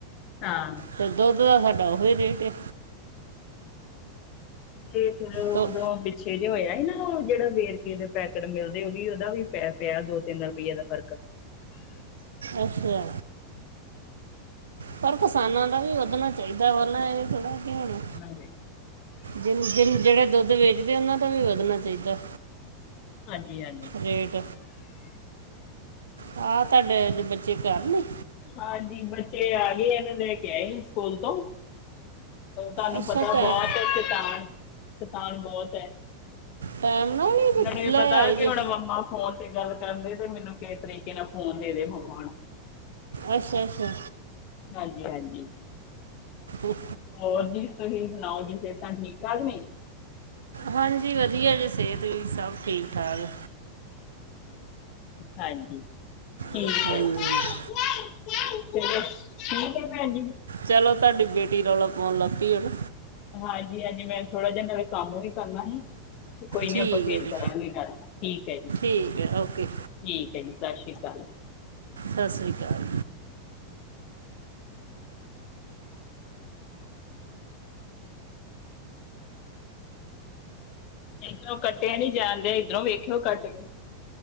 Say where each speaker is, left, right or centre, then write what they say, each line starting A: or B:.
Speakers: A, on the left; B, on the right.
A: ਹਾਂ,
B: ਅਤੇ ਦੁੱਧ ਦਾ ਸਾਡਾ ਉਹੀ ਰੇਟ ਹੈ,
A: ਤੇ ਫੇਰ ਉਦੋਂ
B: ਤੋ
A: ਪਿੱਛੇ ਜਿ ਹੋਇਆ ਸੀ ਨੂੰ ਜਿਹੜਾ ਵੇਰਕੇ ਦੇ ਪੈਕਟ ਮਿਲਦੇ ਉਹ ਵੀ ਉਹਦਾ ਵੀ ਪ ਪਿਆ ਦੋ ਤਿੰਨ ਰੁਪਈਏ ਦਾ ਫਰਕ,
B: ਅੱਛਾ? ਪਰ ਕਿਸਾਨਾਂ ਦਾ ਵੀ ਵਧਣਾ ਚਾਹੀਦਾ ਪਲਾਂ ਇਹ ਥੋੜਾ ਕਿ ਹੋਣਾ,
A: ਹਾਂਜੀ
B: ਜਿਨ-ਜਿਨ ਜਿਹੜੇ ਦੁੱਧ ਵੇਚਦੇ ਉਹਨਾਂ ਦਾ ਵੀ ਵੱਧਣਾ ਚਾਹੀਦਾ,
A: ਹਾਂਜੀ ਹਾਂਜੀ
B: ਰੇਟ, ਆਹ ਤੁਹਾਡੇ ਅਜ ਬੱਚੇ ਘਰ ਨੇ?
A: ਹਾਂਜੀ ਬੱਚੇ ਆ ਗਏ ਇਹਨੇ ਲੈ ਕੇ ਆਏ ਸਕੂਲ ਤੋਂ, ਤੁਹਾਨੂੰ
B: ਅੱਛਾ
A: ਪਤਾ
B: ਟੈ
A: ਬਹੁਤ ਸ਼ੈਤਾਨ-ਸ਼ੈਤਾਨ ਬਹੁਤ ਹੈ।
B: ਟਾਈਮ ਨਾਲ ਹੀ
A: ਉਹਨਾਂ
B: ਬੱਚ-
A: ਨੂੰ ਇਹ
B: ਲੈ
A: ਪਤਾ
B: ਆਏ
A: ਕਿ
B: ਜੇ
A: ਹੁਣਾ ਮੰਮਾ ਫੋਨ ਤੇ ਗੱਲ, ਕਰਨ ਦੇ ਤੇ ਮੈਨੂੰ ਕਿਸੇ ਤਰੀਕੇ ਨਾਲ ਫੋਨ ਦੇ ਦੇ ਮੰਮਾ
B: ਅੱਛਾ ਅੱਛਾ
A: ਹਾਂਜੀ, ਹਾਂਜੀ,
B: ਉਹ
A: ਹੋਰ ਜੀ, ਤੁਹੀਂ ਸੁਣਾਓ ਜੀ, ਸਿਹਤਾਂ ਠੀਕ-ਠਾਕ ਨੇ?
B: ਹਾਂਜੀ, ਵਧੀਆ ਜੀ, ਸਿਹਤ ਵੀ ਸਭ ਠੀਕ-ਠਾਕ।
A: ਹਾਂਜੀ। ਠੀਕ
B: ਹਾਂਜੀ ਹਾਂਜੀ
A: ਹੈ ਜੀ, ਫਿਰ ਠੀਕ ਹੈ ਭੈਣ
B: ਚਲੋ, ਤੁਹਾਡੀ ਬੇਟੀ ਰੌਲਾ ਪਾਉਣ ਲੱਗ ਪੀ, ਹੁਣ।
A: ਹਾਂਜੀ-ਹਾਂਜੀ, ਮੈਂ ਥੋੜਾ ਜਿਹਾ ਨਾਲੇ ਕੰਮ ਵੀ ਕਰਨਾ ਹੀ। ਕੋਈ ਨੀ
B: ਠੀਕ
A: ਆਪਾਂ ਫੇਰ
B: ਹੈ ਜੀ
A: ਕਰਾਂਗੇ ਗੱਲ, ਠੀਕ ਆ, ਜੀ।
B: ਠੀਕ ਹੈ, ਓਕੇ।
A: ਠੀਕ ਹੈ, ਜੀ। ਸਤਿ ਸ਼੍ਰੀ ਅਕਾਲ।
B: ਸਤਿ ਸ੍ਰੀ ਅਕਾਲ।
A: ਇੱਧਰੋਂ ਕੱਟਿਆ ਨੀ ਜਾਂਦਿਆ, ਇੱਧਰੋਂ ਵੇਖਿਓ ਕੱਟਕੇ।